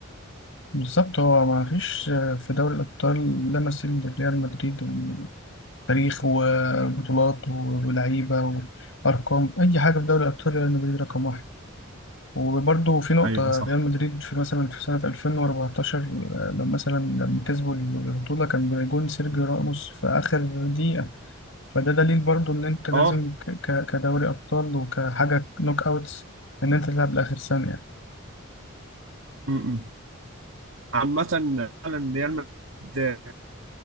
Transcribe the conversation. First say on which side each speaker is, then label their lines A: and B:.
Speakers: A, on the left; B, on the right.
A: بالظبط هو ما فيش في دوري الأبطال لا مثيل لريال مدريد يعني تاريخ وبطولات و- ولعيبة وأرقام أي حاجة في دوري الأبطال ريال مدريد رقم واحد وبرضه في نقطة
B: ايوه صح
A: ريال مدريد في مثلا في سنة 2014 آه، لما مثلا لما كسبوا البطولة كان بجون سيرجيو راموس في آخر دقيقة فده دليل برضه إن أنت لازم
B: اه
A: ك- ك- كدوري أبطال وكحاجة نوك أوتس إن أنت تلعب لآخر ثانية
B: م- م. عامة فعلا ريال مدريد